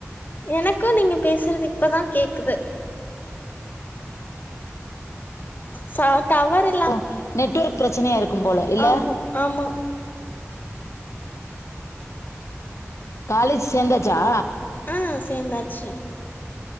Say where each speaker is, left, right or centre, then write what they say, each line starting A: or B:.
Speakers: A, on the left (about 40°); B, on the left (about 75°).
A: எனக்கு நீங்க பேசுறது இப்பதா கேக்குது ச டவரு
B: ஓ நெட்வொர்க் பிரச்சனையா இருக்கும் போல இல்ல
A: ஆமா ஆமா
B: காலேஜ் சேர்ந்தாச்சா
A: ஆ சேந்தாச்சு ம்